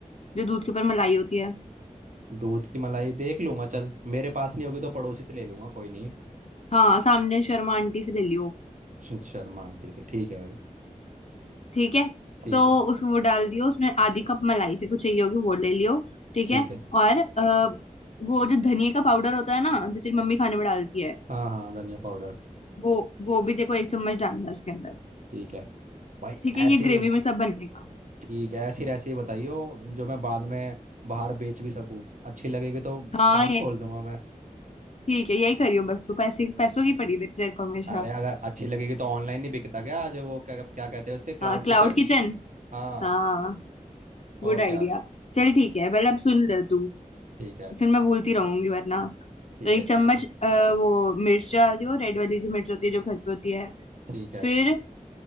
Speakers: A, on the left; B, on the right.
A: जो दूध के ऊपर मलाई होती है
B: दूध की मलाई देख लूंगा चल मेरे पास नहीं होगी तो पड़ोसी से ले लूंगा कोई नहीं
A: हाँ सामने शर्मा आंटी से ले लियो
B: श- शर्मा आंटी से ठीक है भाई
A: ठीक है
B: ठीक
A: तो
B: है
A: उस वो डाल दियो उसमें आधी कप मलाई से कुछ चाहिए होगी वो ले लियो ठीक
B: ठीक
A: है
B: है
A: और आ, वो जो धनिया का पाउडर होता है ना जो तेरी मम्मी खाने में डालती है
B: हाँ हाँ धनिया पाउडर
A: वो वो भी देखो एक चम्मच डालना है उसके अंदर
B: ठीक है भाई
A: ठीक है ये
B: ऐसी
A: ग्रेवी में सब बनने का
B: ठीक है ऐसी रेसिपी बताइयो जो मैं बाद में बाहर बेच भी सकूँ अच्छी लगेगी तो
A: हाँ
B: काम
A: ये
B: खोल दूंगा मैं
A: ठीक है यही करियो बस तू पैसे पैसों की पड़ी रहती है तेरे को हमेशा
B: अरे अगर अच्छी लगेगी तो ऑनलाइन नहीं बिकता क्या आज वो क्या क्या कहते हैं उसके क्लाउड
A: हाँ क्लाउड
B: किचन
A: किचन
B: हाँ
A: हाँ
B: और
A: Good idea
B: क्या
A: चल ठीक है पहले अब सुन ले तू
B: ठीक है
A: फिर मैं भूलती रहूंगी वरना
B: ठीक
A: एक
B: है ठीक
A: चम्मच
B: है
A: अ, वो मिर्च डाल दियो रेड वाली जो मिर्च होती है जो घर पे होती है
B: ठीक है
A: फिर